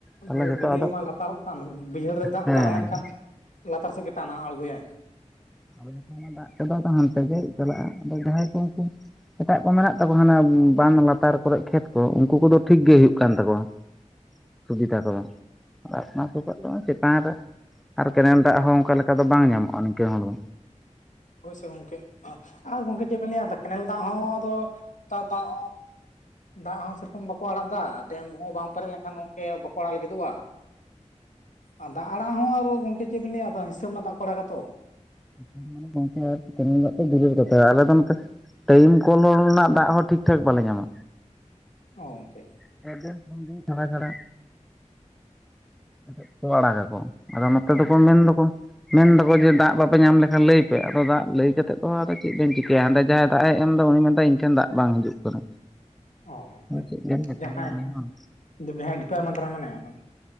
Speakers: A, in the centre; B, on the left.
A: ᱛᱟᱦᱚᱞᱮ
B: ᱦᱳᱭ
A: ᱡᱚᱛᱚ
B: ᱜᱟᱹᱰᱭᱟᱹ
A: ᱟᱫᱚ
B: ᱢᱟ ᱞᱟᱛᱟᱨᱚᱜ ᱠᱟᱱ ᱵᱟᱹᱭᱦᱟᱹᱲ ᱨᱮ ᱫᱟᱜ
A: ᱦᱮᱸ
B: ᱛᱟᱦᱮᱸ ᱞᱮᱱᱠᱷᱟᱱ, ᱞᱟᱛᱟᱨ ᱥᱮᱜ ᱜᱮ ᱴᱟᱱᱟᱣ ᱟᱬᱜᱳᱭᱟᱭ᱾
A: ᱦᱮᱸ ᱚᱱᱟ ᱫᱟᱜ ᱛᱮᱫᱚ ᱛᱚ ᱦᱟᱱᱛᱮ ᱜᱮᱭ ᱪᱟᱞᱟᱜ-ᱟ ᱟᱫᱚ ᱡᱟᱦᱟᱸᱭ ᱠᱚ ᱩᱱᱠᱩ, ᱮᱴᱟᱜ ᱠᱚ ᱢᱮᱱᱟᱜ ᱛᱟᱠᱚ ᱦᱟᱱᱮ ᱵᱟᱱᱫ ᱞᱟᱛᱟᱨ ᱠᱚᱨᱮᱜ ᱠᱷᱮᱛ ᱠᱚ ᱩᱱᱠᱩ ᱠᱚᱫᱚ, ᱴᱷᱤᱠ ᱜᱮ ᱦᱩᱭᱩᱜ ᱠᱟᱱ ᱛᱟᱠᱚᱣᱟ ᱥᱩᱵᱤᱫᱟ ᱠᱚᱫᱚ, ᱟᱨ ᱚᱱᱟᱫᱚ ᱱᱤᱛᱚᱜ ᱫᱚ ᱪᱮᱛᱟᱱ ᱨᱮ ᱟᱨ ᱠᱮᱱᱮᱞ ᱫᱟᱜ ᱦᱚᱸ ᱚᱝᱠᱟ ᱞᱮᱠᱟ ᱫᱚ ᱵᱟᱝ ᱧᱟᱢᱚᱜ-ᱟ ᱱᱤᱝᱠᱟᱹᱱ ᱦᱚᱲ ᱫᱚ᱾
B: ᱦᱳᱭᱥᱮ ᱜᱚᱝᱠᱮ ᱟᱨ ᱜᱚᱝᱠᱮ ᱪᱮ ᱪᱮᱫᱽ ᱵᱮᱱ ᱞᱟᱹᱭᱟ ᱟᱫᱚ ᱠᱮᱱᱮᱞ ᱫᱟᱜ ᱦᱚᱸ ᱟᱫᱚ ᱛᱟᱣ ᱫᱟᱜ ᱦᱚᱸ, ᱫᱟᱜ ᱦᱚᱸ ᱥᱮᱨᱚᱠᱚᱢ ᱵᱟᱠᱚ ᱟᱲᱟᱜ ᱫᱟ᱾ ᱰᱮᱢ ᱦᱚᱸ ᱵᱟᱢ ᱯᱮᱨᱮᱡᱽ ᱞᱮᱱᱠᱷᱟᱱ ᱜᱚᱢᱠᱮ ᱵᱟᱠᱚ ᱟᱲᱟᱜ ᱞᱟᱹᱜᱤᱫᱚᱜ-ᱟ᱾ ᱟᱨ ᱫᱟᱜ ᱟᱲᱟᱜ ᱦᱚᱸ ᱟᱨᱚ ᱜᱚᱝᱠᱮ ᱪᱮᱜᱵᱤᱱ ᱞᱟᱹᱭᱟ ᱟᱫᱚ ᱦᱤᱥᱟᱹᱵ ᱨᱮᱱᱟᱜ ᱫᱟᱜ ᱠᱚ ᱟᱲᱟᱜᱟ ᱛᱚ᱾
A: ᱪᱮᱫᱽ ᱢᱮᱱᱟ ᱜᱚᱝᱠᱮ ᱟᱨ ᱠᱮᱱᱮᱞ ᱫᱟᱜ ᱛᱚ ᱫᱦᱩᱨ ᱠᱟᱛᱦᱟ ᱟᱞᱮ ᱫᱚ ᱱᱚᱛᱮ ᱴᱟᱭᱤᱢ ᱠᱚᱞ ᱨᱮᱱᱟᱜ ᱫᱟᱜ ᱦᱚᱸ ᱴᱷᱤᱠ ᱴᱷᱟᱠ ᱵᱟᱞᱮ ᱧᱟᱢᱟ᱾
B: ᱚ ᱜᱚᱝᱠᱮ᱾
A: ᱯᱮ ᱫᱤᱱ ᱯᱩᱱ ᱫᱤᱱ ᱪᱷᱟᱲᱟ-ᱪᱷᱟᱲᱟ᱾
B: <inaudible> <inaudible>
A: ᱮᱫ ᱠᱚ ᱟᱲᱟᱜ ᱜᱟᱠᱚ ᱟᱫᱚ ᱱᱚᱛᱮ
B: ᱚ
A: ᱫᱚᱠᱚ ᱢᱮᱱ ᱫᱚᱠᱚ ᱢᱮᱱ ᱫᱟᱠᱚ ᱡᱮ ᱫᱟᱜ ᱵᱟᱯᱮ ᱧᱟᱢ ᱞᱮᱠᱷᱟᱱ ᱞᱟᱹᱭ ᱯᱮ ᱟᱫᱚ ᱫᱟᱜ ᱞᱟᱹᱭ ᱠᱟᱛᱮᱫ ᱫᱚ ᱟᱫᱚ ᱪᱮᱜ ᱵᱮᱱ ᱪᱤᱠᱟᱹᱭᱟ, ᱦᱟᱸᱰᱮ ᱡᱟᱦᱟᱭ ᱫᱟᱜ ᱮ ᱮᱢ ᱫᱟ ᱩᱱᱤ ᱢᱮᱱ ᱫᱟᱭ ᱤᱧ ᱴᱷᱮᱱ ᱫᱟᱜ ᱵᱟᱝ ᱦᱤᱡᱩᱜ ᱠᱟᱱᱟ᱾
B: ᱚ ᱜᱚᱢᱠᱮ
A: ᱟᱫᱚ ᱪᱮᱫ ᱵᱮᱱ ᱢᱮᱛᱟᱭᱟ
B: ᱡᱟᱸ ᱦᱟᱸᱭ
A: ᱩᱱᱤ ᱦᱚᱸ
B: ᱡᱩᱫᱤ ᱵᱦᱮᱴ ᱯᱮ ᱢᱟᱰᱨᱟ ᱢᱮᱱᱟᱭᱟ